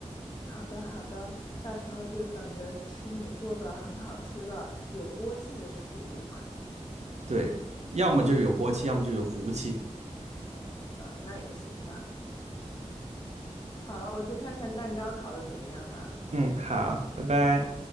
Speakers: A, on the left (about 35°); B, on the right (about 65°).
A: 好的，好的，到时候就等着吃你做的很好吃的有锅气的食物。
B: 对，要么就是有锅气，要么就有壶气。
A: <laughs> 呃，那也行吧。好了，我去看看蛋糕烤的怎么样了。
B: 嗯，好，拜拜。